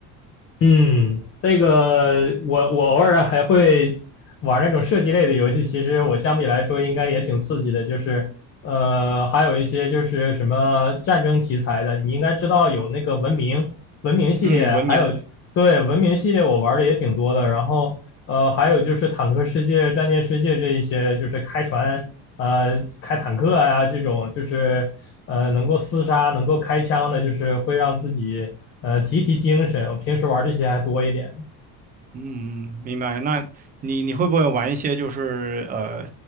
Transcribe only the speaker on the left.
嗯，这个我我偶尔还会玩那种射击类的游戏，其实我相比来说应该也挺刺激的。就是呃，还有一些就是什么战争题材的，你应该知道有那个文明文明系列，
还有对，文明系列我玩的也挺多的，然后呃，还有就是坦克世界、战舰世界这一些，就是开船、呃开坦克呀、这种，就是呃能够厮杀、能够开枪的，就是会让自己呃提提精神。我平时玩这些还多一点。